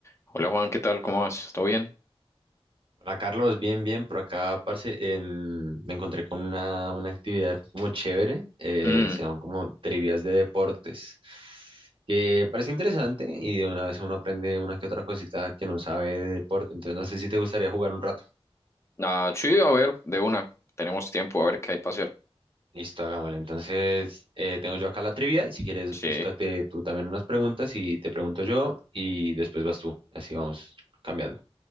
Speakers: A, on the left (about 25°); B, on the right (about 55°).
A: Hola Juan, ¿qué tal? ¿Cómo vas? ¿Todo bien?
B: Hola Carlos, bien, bien, por acá, parce, en- me encontré con una, una actividad como chévere, eh,
A: Mm,
B: se llaman como trivias de deportes, que parece interesante y de una vez uno aprende una que otra cosita que no sabe de deporte, entonces no sé si te gustaría jugar un rato.
A: ah, sí, a ver, de una. Tenemos tiempo, a ver qué hay para hacer.
B: Listo, hagámosle. Entonces, eh, tengo yo acá la trivia, si quieres
A: Sí,
B: búscate tú también unas preguntas y te pregunto yo y después vas tú, así vamos cambiando.